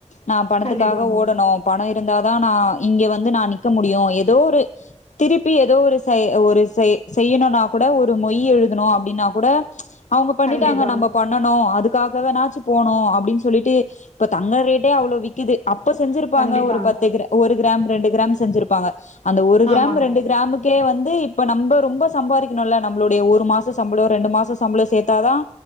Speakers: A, on the left; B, on the left.
A: நான் பணத்துக்காக
B: கண்டிப்பாங்க
A: ஓடணும் பணம் இருந்தாதான் நான் இங்க வந்து வந்து நான் நிக்க முடியும் ஏதோ ஒரு திருப்பி ஏதோ ஒரு ஒரு செய் செய்யணும்னா கூட ஒரு மொய் எழுதணும் அப்டின்னா கூட அவங்க பண்ணிட்டாங்க
B: கண்டிப்பா
A: நம்ம பண்ணனும் அதுக்காகவேனாச்சு போணும் அப்படின்னு சொல்லிட்டு இப்ப தங்க ரேட்டே அவ்ளோ விக்குது அப்ப செஞ்சிருப்பாங்க
B: கண்டிப்பா
A: ஒரு பத்து எக்க ஒரு கிராம் ரெண்டு கிராம் செஞ்சிருப்பாங்க அந்த ஒரு
B: ஆமாங்க
A: கிராம் ரெண்டு கிராமக்கு வந்து இப்ப நம்ம ரொம்ப சம்பாதிக்கணும்ல நம்மளுடைய ஒரு மாசம் சம்பளம் ரெண்டு மாசம் சம்பளம் சேத்தாதான்